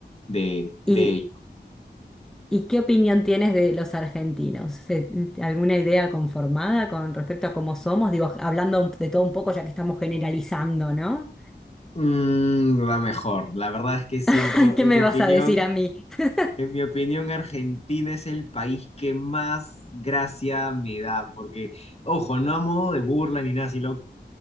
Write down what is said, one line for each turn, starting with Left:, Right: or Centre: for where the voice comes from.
Left: de, de
Centre: ¿Y,
Left: ello.
Centre: y qué opinión tienes de los argentinos? Eh, ¿Alguna idea conformada con respecto a cómo somos? Digo, hablando un- de todo un poco, ya que estamos generalizando, ¿no?
Left: Mm, la mejor, la verdad es que siento,
Centre: <laughs> ¿Qué
Left: en
Centre: me
Left: mi opinión,
Centre: vas a decir a mí? <laughs>
Left: en mi opinión, Argentina es el país que más gracia me da, porque, ojo, no a modo de burla ni nada, sino